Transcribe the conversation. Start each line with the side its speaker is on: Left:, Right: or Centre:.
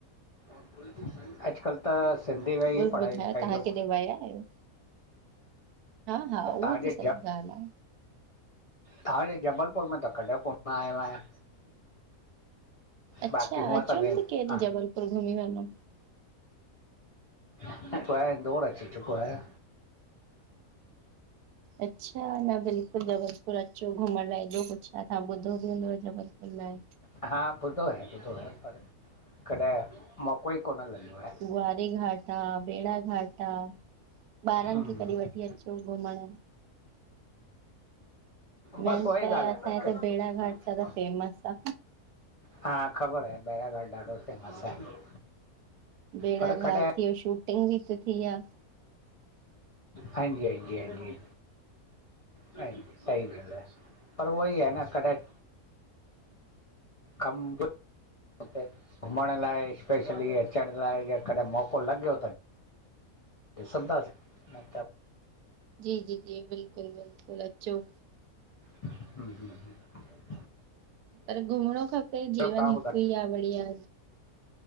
Left: अॼुकल्ह त सिंधी में ई
Right: ॿियो
Left: पढ़ाई
Right: ॿुधायो
Left: लिखाई
Right: तव्हां
Left: जो
Right: केॾे विया आहियो? हा हा,
Left: तव्हांजे
Right: उहो त सही
Left: जब
Right: ॻाल्हि आ।
Left: तव्हांजे जबलपुर में त कॾहिं कोन आयो आहियां।
Right: अच्छा,
Left: बाक़ी हूअं
Right: अचो
Left: त ॿिए
Right: न केॾीं
Left: हा
Right: जबलपुर घुमी वञो।
Left: <unintelligible> इन्दौर अची चुको आहियां।
Right: अच्छा, न बिल्कुलु जबलपुर अचो घुमण लाइ हेॾो कुझु आहे, तव्हां ॿुधो बि हूंदव जबलपुर लाइ।
Left: हा ॿुधो आहे, ॿुधो आहे पर कॾहिं मौक़ो ई कोन लॻियो आहे।
Right: गुआरी घाट आ, बेड़ा घाट आ ॿारनि
Left: हम्म
Right: खे कॾीं वठी अचो। घुमण मेन
Left: बस, उहाई
Right: त
Left: ॻाल्ह
Right: असांजे
Left: आ न।
Right: हिते भेड़ा घाट ज्यादा फेमस आ।
Left: हा, ख़बर आहे बैराघाट ॾाढो फेमस आहे।
Right: बेड़ाघाट
Left: पर कॾहिं
Right: ते शूटिंग बि त थी आ।
Left: हांजी, हांजी, हांजी <unintelligible> सही गाल्ह आ, पर उहोई आ न कॾहिं कम हुते घुमण लाइ स्पेशली अचण लाइ जे कॾहिं मौक़ो लॻियो त ॾिसंदासि मतलब
Right: जी, जी, जी, बिल्कुल बिल्कुल अचो।
Left: हम्म
Right: पर घुमिणों खपे,
Left: ॿियो
Right: जीवन
Left: तव्हां
Right: हिकु
Left: ॿुधायो
Right: ई आ बढ़िया।